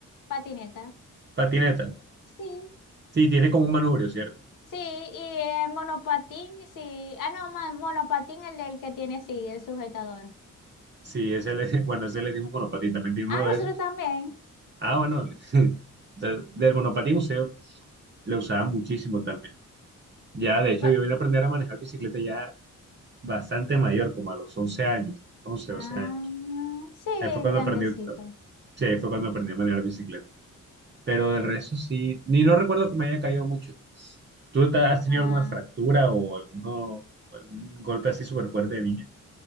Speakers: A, on the left; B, on the right.
A: Patineta.
B: Patineta.
A: Sí.
B: Sí, tiene como un manubrio, ¿cierto?
A: Sí, y el monopatín, sí. Ah, no, ma- monopatín el del que tiene, sí, el sujetador.
B: Sí, ese le, <laughs> bueno, ese le decimos monopatín, también tiene uno
A: Ah,
B: de
A: nosotros
B: esos.
A: también.
B: Ah, bueno, <laughs> de- del monopatín museo lo usaba muchísimo también. Ya, de hecho,
A: Pe-
B: yo vine a aprender a manejar bicicleta ya bastante mayor, como a los 11 años, 11
A: ah,
B: 12 años.
A: sí,
B: Ahí fue cuando
A: grandecito.
B: aprendí, sí, ahí fue cuando aprendí a manejar bicicleta. pero del resto sí, ni no recuerdo que me haya caído mucho. ¿Tú te- has
A: Ah,
B: tenido alguna fractura o alguno, algún golpe así súper fuerte de niña?